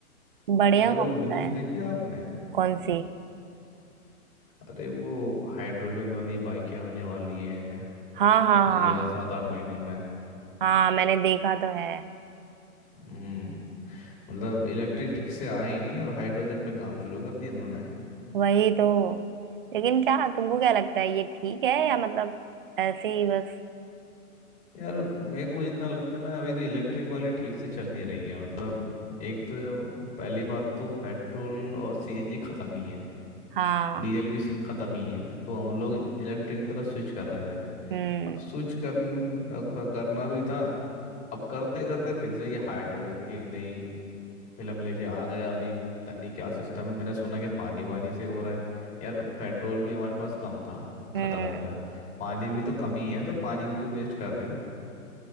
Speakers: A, on the right; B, on the left.
A: बढ़िया
B: अरे वो
A: होता
B: न्यूज़
A: है
B: देखी आपने
A: कौन सी
B: अरे वो हाइड्रोजन वाली बाइकें आने वाली है
A: हाँ हाँ
B: अगले
A: हाँ
B: सात आठ महीनों में
A: हाँ मैंने देखा तो है
B: हम्म मतलब इलेक्ट्रिक ठीक से आई नहीं और हाइड्रोजन पे काम शुरू कर दिया इन्होंने
A: वही तो लेकिन क्या तुमको क्या लगता है ये ठीक है या मतलब ऐसे ही बस
B: यार मेरे को जितना लगता है ना अभी तो इलेक्ट्रिक वाले ठीक से चल नहीं रही है मतलब एक तो पहली बात तो पेट्रोल और सीएनजी खत्म ही है
A: हाँ
B: डीजल भी सी- खत्म ही है तो हम लोग इलेक्ट्रिक की तरफ स्विच कर रहे थे
A: हम्म
B: अब स्विच कर करना भी था अब करते करते फिर से ये हाइड्रोजन की नई फिल्म लेके आ गए अभी पता नहीं क्या सिस्टम है मैंने सुना कि पानी वानी से हो रहा है यार पेट्रोल भी हमारे पास कम था खत्म
A: हम्म
B: हो गया पानी भी तो कम ही है तो पानी को क्यों वेस्ट कर रहे हो